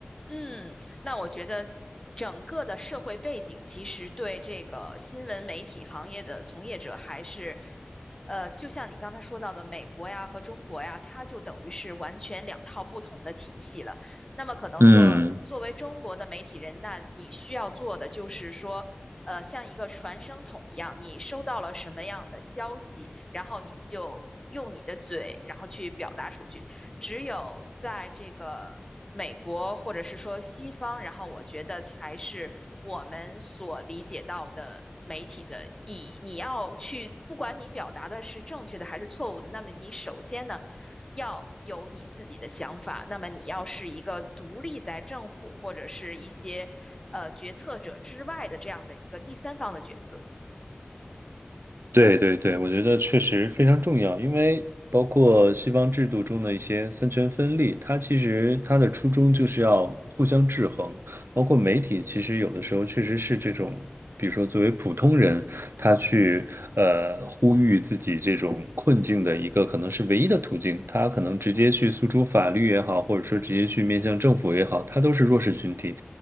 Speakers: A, on the left; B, on the right.
A: 嗯，那我觉得整个的社会背景其实对这个新闻媒体行业的从业者还是，呃，就像你刚才说到的，美国呀和中国呀，它就等于是完全两套不同的体系了。那么可能作作为中国的媒体人，
B: 嗯。
A: 那你需要做的就是说，呃，像一个传声筒一样，你收到了什么样的消息，然后你就用你的嘴，然后去表达出去。只有在这个美国或者是说西方，然后我觉得才是我们所理解到的媒体的意义。你要去，不管你表达的是正确的还是错误的，那么你首先呢？要有你自己的想法，那么你要是一个独立在政府或者是一些呃决策者之外的这样的一个第三方的角色。
B: 对对对，我觉得确实非常重要，因为包括西方制度中的一些三权分立，它其实它的初衷就是要互相制衡。包括媒体，其实有的时候确实是这种，比如说作为普通人，他去呃呼吁自己这种困境的一个可能是唯一的途径，他可能直接去诉诸法律也好，或者说直接去面向政府也好，他都是弱势群体。